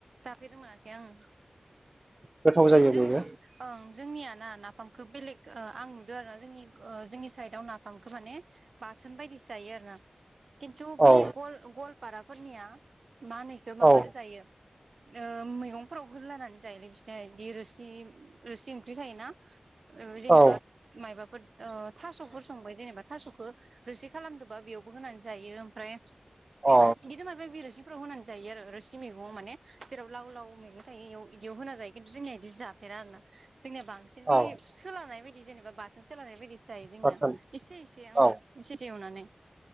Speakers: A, on the right; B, on the right.
A: जाफेरनोमोनाखै आं।
B: गोथाव जायो
A: जों
B: बेबो
A: ओं जोंनियाना नाफामखौ बेलेग। ओ आं नुदों आरो ना जोंनि जोंनि साइदआव नाफामखौ माने बाथोन बायदिसो जायो आरो ना। खिन्थु बै
B: औ
A: गल गवालपाराफोरनिया मा होनो इखौ माबादो
B: औ
A: जायो। ओ मैगंफोराव होलानानै जायोलै बिसिना इदि रोसि रोसि ओंख्रि थायोना। ओ जेनेबा
B: औ
A: मायबा। ओ थास'फोर संबाय जेनेबा थास'खौ रोसि खालामदोंबा बेयावबो होनानै जायो ओमफ्राय
B: अ
A: बिदि माबाबा बिरसि फोराव होनानै जायो आरो रोसि मैगङाव माने जेराव लाव लाव मैगं थायो इयाव इदियाव होना जायो। खिन्थु जोंनिया बिदि जाफेरा आरो ना जोंनिया बांसिन बे
B: औ
A: सोलानाय बायदि जेनेबा बाथोन सोलानाय बायदिसो जायो जोंनिया
B: बाथोन
A: एसे एसे ओं
B: औ
A: एसे एवनानै